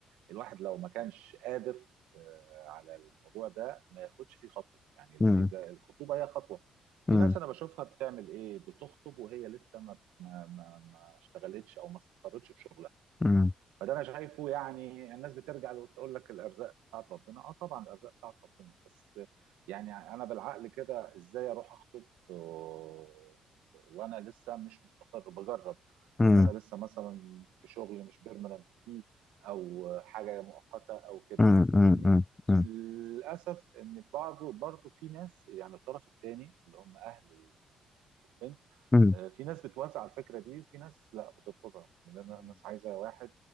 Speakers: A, on the right; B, on the left.
A: الواحد لو ما كانش قادر آه، على الموضوع ده ما ياخدش فيه خطوة يعني لأن
B: مم.
A: الج- الخطوبة هي خطوة
B: مم.
A: في ناس انا بشوفها بتعمل ايه بتخطب وهي لسه ما ما ما, ما اشتغلتش او ما استقرتش في شغلها
B: مم.
A: فده انا شايفه يعني الناس بترجع وتقول لك الارزاق بتاعت ربنا اه طبعا الارزاق بتاعت ربنا بس يعني انا بالعقل كده ازاي اروح اخطب و- وانا لسه مش مستقر بجرب
B: مم.
A: ان انا لسه مثلا في شغل مش بيرمننت فيه او حاجه مؤقته او كده
B: مم.
A: يعني
B: مم.
A: فاهمني
B: مم. مم.
A: وللاسف ان برضه برضه في ناس يعني الطرف الثاني اللي هم اهل البنت
B: مم.
A: آه، في ناس بتوافق على الفكره دي وفي ناس لا بترفضها لان الناس عايزه واحد